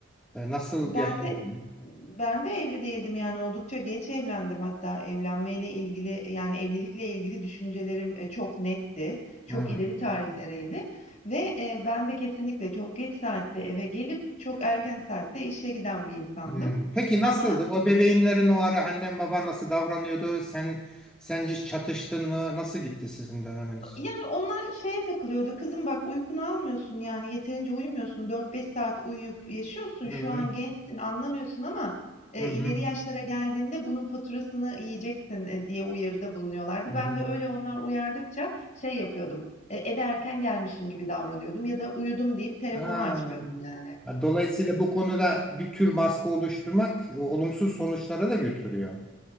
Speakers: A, in the centre; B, on the left.
A: E, Nasıl
B: Ben
A: yaşıyordun?
B: de ben de evli değildim yani oldukça geç evlendim hatta evlenmeyle ilgili yani evlilikle ilgili düşüncelerim e, çok netti. Çok
A: Hmm.
B: ileri tarihlereydi ve e, ben de kesinlikle çok geç saatte eve gelip çok erken saatte işe giden bir insandım.
A: Hmm. Peki nasıldı?
B: Ama
A: O bebeğinlerin o ara annen baban nasıl davranıyordu? Sen sen hiç çatıştın mı? Nasıl gitti sizin döneminiz?
B: Yani onlar şeye takılıyordu. Kızım bak uykunu almıyorsun yani yeterince uyumuyorsun. dört beş saat uyuyup yaşıyorsun.
A: Hı
B: Şu
A: hı.
B: an gençsin anlamıyorsun ama e,
A: Hı hı.
B: ileri yaşlara geldiğinde bunun faturasını yiyeceksin e, diye uyarıda bulunuyorlardı.
A: Hı.
B: Ben de öyle onlar uyardıkça şey yapıyordum. E, eve erken gelmişim gibi davranıyordum ya da uyudum deyip telefonu
A: Ha.
B: açmıyordum yani.
A: Ha, Dolayısıyla bu konuda bir tür baskı oluşturmak e, olumsuz sonuçlara da götürüyor.